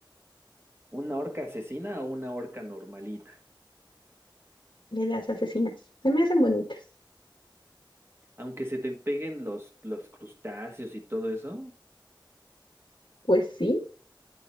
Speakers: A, on the right; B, on the left.
A: ¿Una orca asesina o una orca normalita?
B: de las asesinas, se me hacen bonitas.
A: Aunque se te peguen los, los crustáceos y todo eso,
B: Pues sí,